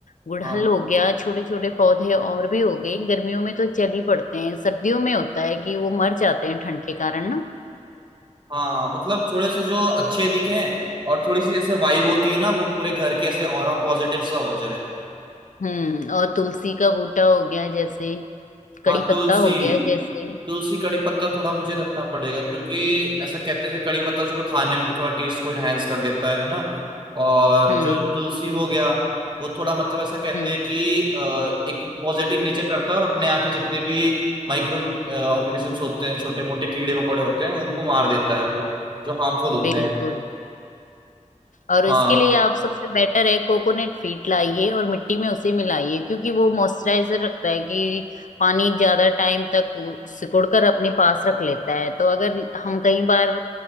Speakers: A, on the left; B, on the right.
A: गुड़हल
B: हाँ
A: हो गया छोटे छोटे पौधे और भी हो गए गर्मियों में तो चल ही पड़ते हैं सर्दियों में होता है कि वो मर जाते हैं ठंड के कारण ना
B: हाँ मतलब थोड़े से जो अच्छे दिखें और थोड़ी सी जैसे वाइब होती है ना वो पूरे घर के ऐसे ऑरा पॉजिटिव सा हो जाए
A: हम्म और तुलसी का बूटा हो गया जैसे कड़ी
B: हाँ
A: पत्ता
B: तुलसी
A: हो गया जैसे
B: तुलसी कड़ी पत्ता थोड़ा मुझे रखना पड़ेगा क्योंकि ऐसा कहते हैं कड़ी पत्ता चलो खाने में भी थोड़ा टेस्ट को इनहेंस कर देता है है ना और
A: हम्म
B: जो तुलसी हो गया वो थोड़ा मतलब ऐसा कहते
A: हम्म
B: हैं कि अ, एक पॉजिटिव नेचर करता है और अपने यहाँ के जितने भी माइक्रो ऑर्गेनिजम्स होते हैं छोटे मोटे कीड़े मकोड़े होते हैं उनको मार देता है वो जो हार्मफुल होते
A: बिल्कुल
B: हैं
A: और इसके
B: हाँ
A: लिए आप सबसे बेटर है कोकोनट फीट लाइए और मिट्टी में उसे मिलाइए क्योंकि वो मॉइस्चराइजर रखता है कि पानी ज्यादा टाइम तक वो सिकुड़कर अपने पास रख लेता है तो अगर हम कई बार